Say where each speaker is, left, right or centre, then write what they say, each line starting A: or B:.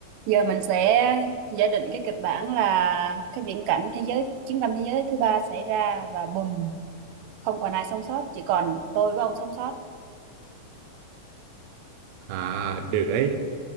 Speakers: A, on the right; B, on the right.
A: Giờ mình sẽ giả định cái kịch bản là cái viễn cảnh thế giới chiến tranh thế giới thứ ba xảy ra và bùm, không còn ai sống sót, chỉ còn tôi với ông sống sót.
B: À, được ấy.